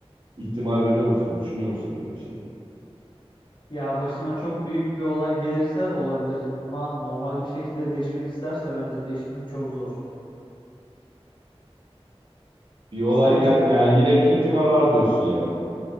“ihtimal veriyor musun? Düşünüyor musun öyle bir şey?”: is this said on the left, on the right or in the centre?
Right